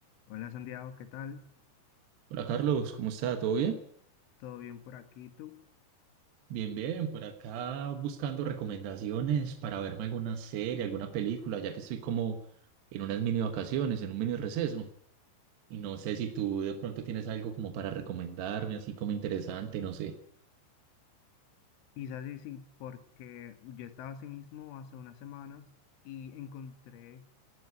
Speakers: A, on the left; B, on the right.
A: Hola Santiago, ¿qué tal?
B: Hola Carlos, ¿cómo está? ¿Todo bien?
A: ¿Todo bien por aquí? ¿Tú?
B: Bien, bien, por acá buscando recomendaciones para verme alguna serie, alguna película, ya que estoy como en unas mini vacaciones, en un mini receso. Y no sé si tú de pronto tienes algo como para recomendarme, así como interesante, no sé.
A: Quizás sí, sí, porque yo estaba así mismo hace unas semanas y encontré